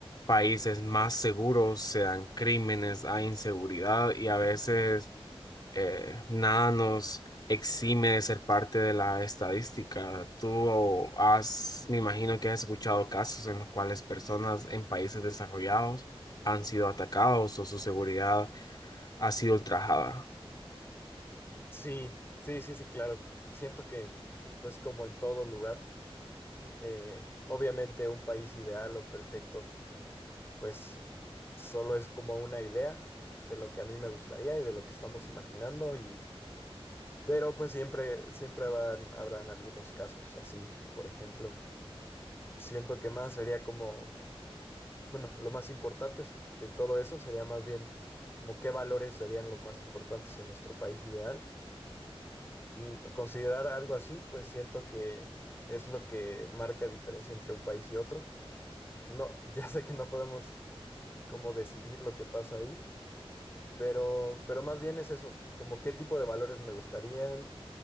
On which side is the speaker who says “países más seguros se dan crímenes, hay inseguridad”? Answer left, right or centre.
Left